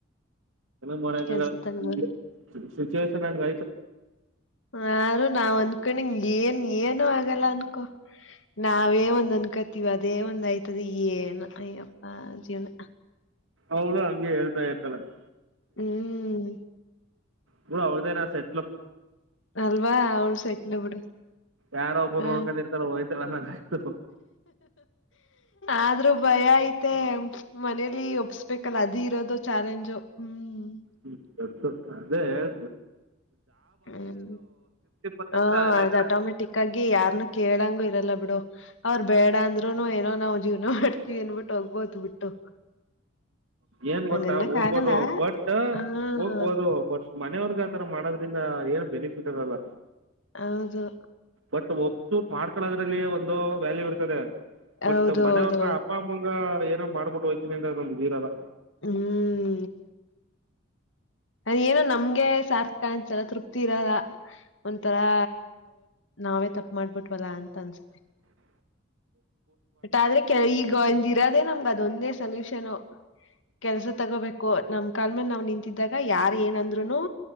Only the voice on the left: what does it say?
ಕೆಲ್ಸತನ
ಬರು
ಹಾರು ನಾವ್ ಅಂದಕೊಂಡಿಂಗ ಏನ್ ಏನು ಆಗಲ್ಲ ಅನ್ಕೊ ನಾವೇ ಒಂದ್ ಅನ್ಕತೀವಿ ಅದೇ ಒಂದ್ ಆಯ್ತದೆ ಏನ್ ಅಯ್ಯಪ್ಪ ಜೀವನ
ಹ್ಮ್
ಅಲ್ವಾ ಅವ ಒಳ ಸೈಟಲ್ ಇಡ
ಹಾ
ಆದ್ರೂ ಭಯ ಐತೆ ಮನಲಿ ಒಬ್ಸ್ಬೇಕಲ್ಲ ಅದ ಇರೋದು ಚಾಲೆಂಜು ಹ್ಮ್
ಹ್ಮ್
ಹ
ಅದ್ ಆಟೋಮ್ಯಾಟಿಕ್ ಆಗಿ ಯಾರನ್ನು ಕೇಳಂಗೂ ಇರಲ್ಲ ಬಿಡು ಅವ್ರ್ ಬೇಡ ಅಂದ್ರುನು ಏನೋ ನಾವ್ ಜೀವನ ಮಾಡ್ತೀವಿನ್ಬಿಟ್ಟು ಹೋಗ್ಬೋತ್ ಬಿಟ್ಟು
ಹಂಗನ್ನಕ್
ಆಗಲ್ಲ
ಹಾ ಹೌದು.
ಹೌದು
ಹೌದು
ಹೌದು
ಹ್ಮ್ ಅದ ಏನ ನಮ್ಗೆ ಸಾರ್ಥ ಂದಸಲ ತೃಪ್ತಿ ಇರಲ್ಲ ಒಂಂತರಾ ನಾವೇ ತಪ್ಪ ಮಾಡ್ಬಿಟ್ವಲ್ಲಾ ಅಂತ ಅನ್ಸ
ಬಟ್ ಆದ್ರೆ ಕೆ ಈಗ ಎಂದ ಇರೋದೇನ ಹ ಅದೊಂದೇ ಸಲ್ಯೂಷನ್ ಕೆಲ್ಸ ತಗೋಬೇಕು. ನಮ್ ಕಾಲ್ ಮೇಲೆ ನಾವ್ ನಿಂತಿದ್ದಾಗ ಯಾರ್ ಏನಂದ್ರುನು